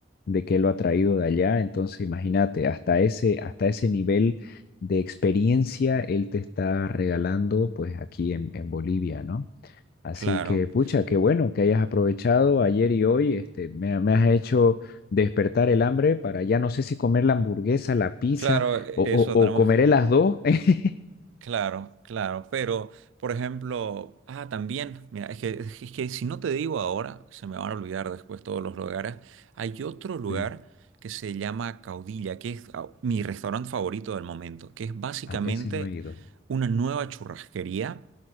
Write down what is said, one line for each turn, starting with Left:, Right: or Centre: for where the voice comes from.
Left: de que lo ha traído de allá. Entonces, imagínate, hasta ese, hasta ese nivel de experiencia él te está regalando pues aquí en, en Bolivia, ¿no? Así
Right: Claro,
Left: que, pucha, qué bueno que hayas aprovechado ayer y hoy, este, me, me has hecho despertar el hambre para ya no sé si comer la hamburguesa, la pizza
Right: claro,
Left: o,
Right: eso
Left: o,
Right: tenemos,
Left: o comeré las dos. <laughs>
Right: Claro, claro, pero por ejemplo, ah, también, mira, es que, es que si no te digo ahora, se me van a olvidar después todos los lugares. Hay otro lugar
Left: Sí.
Right: que se llama Caudilla, que es ah, mi restaurante favorito del momento, que es básicamente
Left: Ah, ese no he ido.
Right: una nueva churrasquería